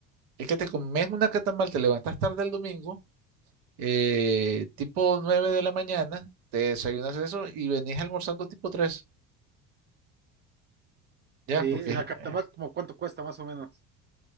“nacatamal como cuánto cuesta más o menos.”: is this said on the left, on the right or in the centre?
Right